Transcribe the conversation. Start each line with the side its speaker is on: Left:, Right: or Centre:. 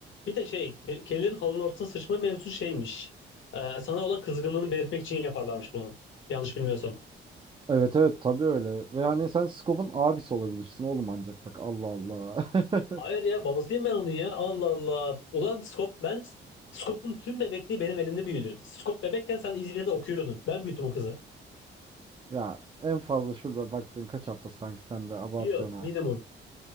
Left: Bir de şey, ke- kedilerin halının ortasına sıçma mevzusu şeymiş. Ee, sana olan kızgınlığını belirtmek için yaparlarmış bunu. Yanlış bilmiyorsam.
Right: Evet evet tabii öyle. Ve hani sen Scope'un abisi olabilirsin oğlum ancak bak Allah Allah. <laughs>
Left: Hayır ya babasıyım ben onun ya. Allah Allah. Ulan Skop ben Skop'un tüm bebekliği benim elimde büyüdü. Skop bebekken sen İzmir'de okuyordun. Ben büyüttüm o kızı.
Right: Ya en fazla şurada baktığın kaç hafta sanki sen de abartıyorsun
Left: Bir yıl
Right: ha.
Left: minimum.